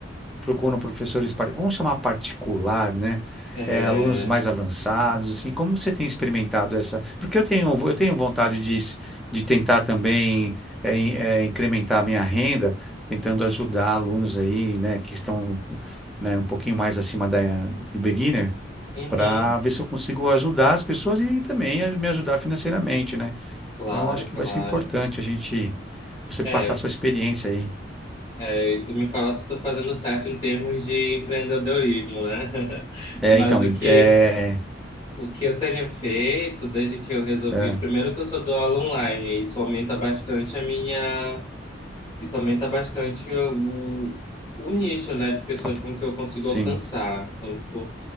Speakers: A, in the centre; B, on the left.
A: procuram professores, par- vamos chamar particular, né?
B: é,
A: É, alunos mais avançados, assim, como você tem experimentado essa? Porque eu tenho, eu tenho vontade de, s- de tentar também é, in- é, incrementar a minha renda, tentando ajudar alunos aí, né, que estão, né, um pouquinho mais acima da, do beginner,
B: uhum,
A: para ver se eu consigo ajudar as pessoas e também a- me ajudar financeiramente, né?
B: claro,
A: Então, eu acho que
B: claro.
A: vai ser importante a gente, você
B: É,
A: passar a sua experiência aí.
B: é, e tu me fala se eu tô fazendo certo em termos de empreendedorismo, né? <laughs>
A: É,
B: Mas
A: então,
B: o
A: em-
B: que
A: é,
B: O que eu tenho feito desde que eu resolvi,
A: é.
B: primeiro que eu só dou aula online, e isso aumenta bastante a minha, isso aumenta bastante o, o nicho, né, de pessoas
A: a
B: com que eu consigo
A: Sim,
B: alcançar. Então, tipo,